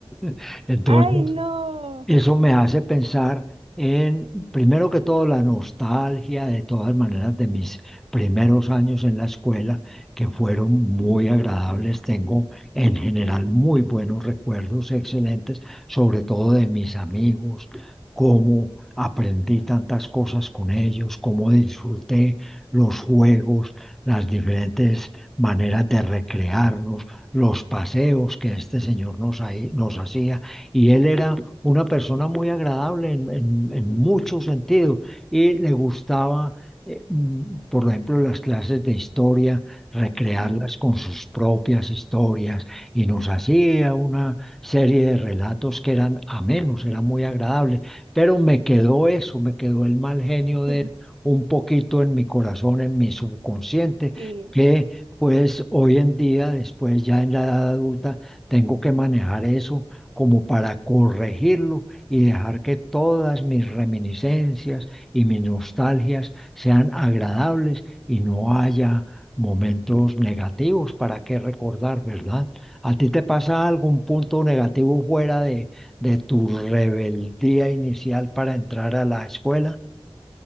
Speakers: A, in the centre; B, on the right.
A: <laughs> Entonces,
B: Ay, no.
A: eso me hace pensar en, primero que todo, la nostalgia de todas maneras de mis primeros años en la escuela, que fueron muy agradables. Tengo en general muy buenos recuerdos, excelentes, sobre todo de mis amigos, cómo aprendí tantas cosas con ellos, cómo disfruté los juegos, las diferentes maneras de recrearnos, los paseos que este señor nos, ahí- nos hacía. Y él era una persona muy agradable en, en- en muchos sentidos y le gustaba, eh, mm, por ejemplo, las clases de historia, recrearlas
B: Ujú.
A: con sus propias historias y nos hacía una serie de relatos que eran amenos, era muy agradable, pero me quedó eso, me quedó el mal genio
B: <laughs>
A: de él un poquito en mi corazón, en mi subconsciente,
B: Sí,
A: que pues hoy en día, después ya en la edad adulta, tengo que manejar eso como para corregirlo y dejar que todas mis reminiscencias y mis nostalgias sean agradables y no haya momentos negativos para qué recordar, ¿verdad? ¿A ti te pasa algún punto negativo fuera de, de tu rebeldía inicial para entrar a la escuela?